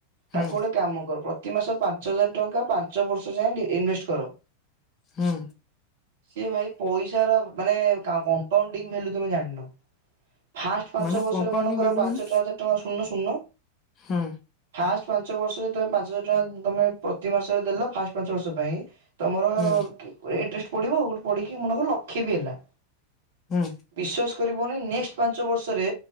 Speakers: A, on the left; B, on the right.
A: ହୁଁ
B: ତାକୁ ଗୋଟେ କାମ କର ପ୍ରତି ମାସ ପାଞ୍ଚ ହଜାର ଟଙ୍କା ପାଞ୍ଚ ବର୍ଷ ଯାଏଁ ଇନଭେଷ୍ଟ କର।
A: ହୁଁ।
B: ଏ ଭାଇ ପଇସାର ମାନେ କମ୍ପାଉଟିଙ୍ଗି ଭାଲୁ ତମେ ଜାଣିନ। ଫାଷ୍ଟ୍ ପାଞ୍ଚ
A: ମାନେ
B: ବର୍ଷର
A: କମ୍ପାଉଣ୍ଡିଂ
B: ମନେ କର,
A: ଭାଲ୍ୟୁ
B: ପାଞ୍ଚ
A: ମାନେ
B: ପାଞ୍ଚଟଙ୍କା ଶୁଣୁନ ଶୁଣୁନ
A: ହୁଁ
B: ଫାଷ୍ଟ ପାଞ୍ଚ ବର୍ଷରେ, ତମେ ପାଞ୍ଚ ହଜାର ଟଙ୍କା ତମେ ପ୍ରତି ମାସରେ ଦେଲ, ଫାଷ୍ଟ ପାଞ୍ଚ ବର୍ଷ ପାଇଁ। ତମର
A: ହୁଁ
B: ଇଣ୍ଟେଷ୍ଟ ପଡିବ, ଗୋଟେ ପଡ଼ିକି ମନେକର ଲକ୍ଷେ ବି ହେଲା।
A: ହୁଁ।
B: ବିଶ୍ଵାସ କରିବନି ନେକ୍ସଟ୍ ପାଞ୍ଚ ବର୍ଷ ଭିତରେ